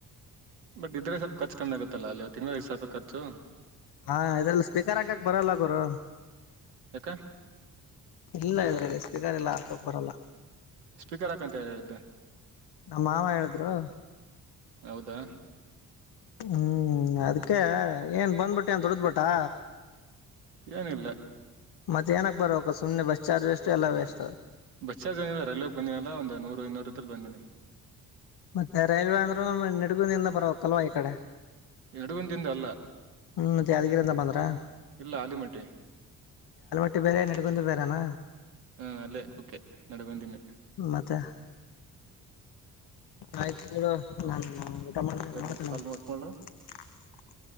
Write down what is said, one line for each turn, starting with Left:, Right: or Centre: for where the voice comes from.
Right: ಬಟ್ ಇದ್ರೆ ಸ್ವಲ್ಪ ಖರ್ಚು ಕಮ್ಮೆ ಆಗತ್ತಲ್ಲಾ ಅಲ್ಲಿತ್ತು ತಿಂಗಳ ಐದು ಸಾವಿ ರೂಪಾಯಿ ಖರ್ಚು
Left: ಹಾ ಇದ್ರಲ್ಲಿ ಸ್ಪೀಕರ್ ಹಾಕಕ್ ಬರಲ್ಲ ಗುರು.
Right: ಯಾಕ
Left: ಇಲ್ಲ ಇದ್ರಲ್ಲಿ ಸ್ಪೀಕರ್ ಎಲ್ಲ ಅಕಾಕ್ ಬರಲ್ಲ
Right: ಸ್ಪೀಕರ್ ಹಾಕಂತ ಯಾರ್ ಹೇಳಿದ್ದೆ
Left: ನಮ್ ಮಾವ ಹೇಳಿದ್ರು
Right: ಹೌದಾ
Left: ಹ್ಮ್ ಅದ್ಕ್ಕೆ ಏನ್ ಬಂದ್ಬಿಟ್ಟೆ ಏನ್ ದುಡ್ದಕ್ ಬುಟಾ
Right: ಏನಿಲ್ಲ
Left: ಮತ್ತೆ ಏನಕ್ಕೆ ಬರಬೇಕು ಸುಮ್ಮನೆ ಬಸ್ ಚಾರ್ಜ್ ವೇಸ್ಟ್ ಯಲ್ಲ ವೇಸ್ಟ್
Right: ಬಸ್ ಚಾರ್ಜ್ ಏನಿಲ್ಲ ರೈಲ್ವೆಗ್ ಬಂದಿನನಲ್ಲ ಒಂದು ನೂರು ಇನ್ನೂರು <unintelligible> ಬಂದೀನಿ
Left: ಮತ್ತೆ ರೈಲ್ವೆ ಅಂದ್ರು ನಿಡುಗುನಿಂದ ಬರಕ್ಲ್ವಾ ಈ ಕಡೆ
Right: ನಡುಗನ್ ದಿಂದ ಅಲ್ಲ
Left: ಹ್ಮ್ ಮತ್ ಯಾದಗಿರಿಯಿಂದ ಬಂದ್ರ
Right: ಇಲ್ಲ ಅಲಿಮಟ್ಟೆ
Left: <unintelligible> ನಡ್ಕೊಂಡು ಬೇರೆನಾ
Right: ಹಾ ಅಲ್ಲೇ ಓಕೆ ನಡ್ಗಂದೀನಿ.
Left: ಮತ್ತೆ ಆಯ್ತು ಇರು ನನ್ ಊಟ ಮಾಡ
Right: ಸರಿ
Left: ಮಾಡ್ತನೆ
Right: ಕಾಲ್
Left: <unintelligible>
Right: ಮಾಡ್ಕೊಳ್ಳ